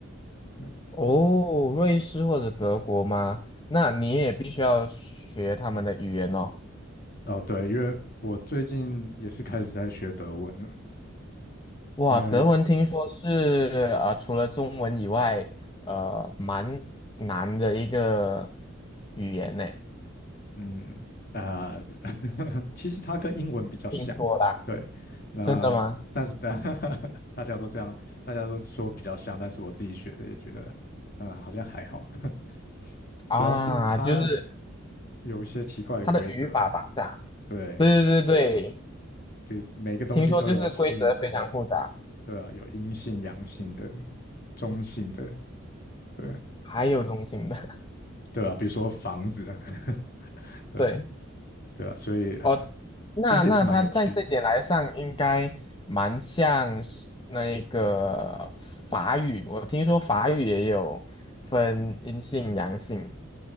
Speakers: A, on the left; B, on the left.
A: 嗯，
B: 哦，瑞士或者德国吗？那你也必须要学他们的语言哦。
A: 哦，对，因为我最近也是开始在学德文了，
B: 哇，
A: 因为
B: 德文听说是呃，除了中文以外，呃，蛮难的一个语言呢。
A: 嗯啊，呃 <laughs> 其实它跟英文比较像，
B: 听说啦，
A: 对，那但是大
B: 真的吗？
A: <laughs> 大家都这样，大家都说比较像，但是我自己学的也觉得，啊好像还好。<laughs>
B: 啊，
A: 主要是它
B: 就是
A: 有一些奇怪的规则啦，
B: 它的语法吧，是啊，
A: 对，
B: 对对对对。
A: 比如每个东西都有性，
B: 听说就是规则非常复杂，
A: 对啊，有阴性、阳性的、中性的，对
B: 还有中性的，<laughs>
A: 对啊，比如说房子，<laughs> 对
B: 对，
A: 对啊，所以
B: 哦，那那它在这一点来上应该蛮像是那个法语，
A: 但是也是蛮有趣的
B: 我听说法语也有分阴性阳性，